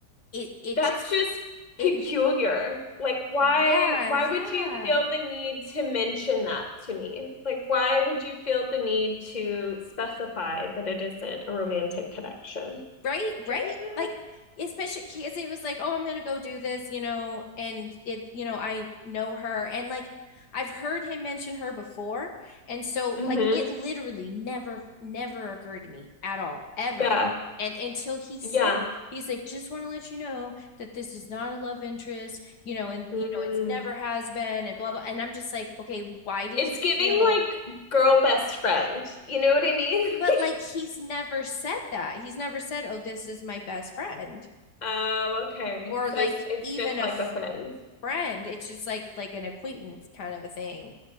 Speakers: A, on the left; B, on the left.
A: it, it
B: That's
A: just,
B: just peculiar.
A: it
B: Like why
A: yeah,
B: why
A: yeah.
B: would you feel the need to mention that to me? Like why would you feel the need to specify that it isn't a romantic connection?
A: Right, right?
B: You
A: Like especially because it was like, oh, I'm gonna go do this, you know, and it, you know, I know her and like I've heard him mention her before. And so
B: know?
A: like
B: Mm-hmm.
A: it literally never never occurred to me at all, ever.
B: Yeah.
A: And until he said
B: Yeah.
A: he's like, just want to let you know that this is not a love interest, you know, and
B: Mm.
A: you know, it's never has been and blah blah. And I'm just like, okay, why did
B: It's
A: you
B: giving
A: feel
B: like girl best friend. You know what I mean?
A: But
B: <laughs>
A: like he's never said that. He's never said, "Oh, this is my best friend,"
B: Oh, okay.
A: or like
B: So it's, it's
A: even
B: just
A: a
B: like a friend.
A: friend. It's just like like an acquaintance kind of a thing.